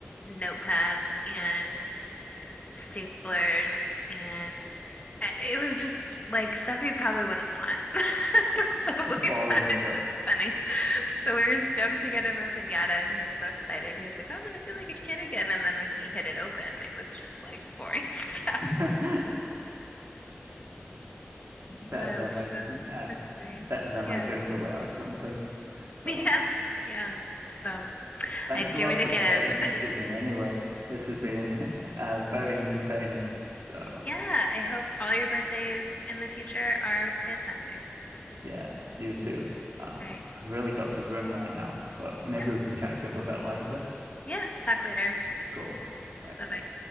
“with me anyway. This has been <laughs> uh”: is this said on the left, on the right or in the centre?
Right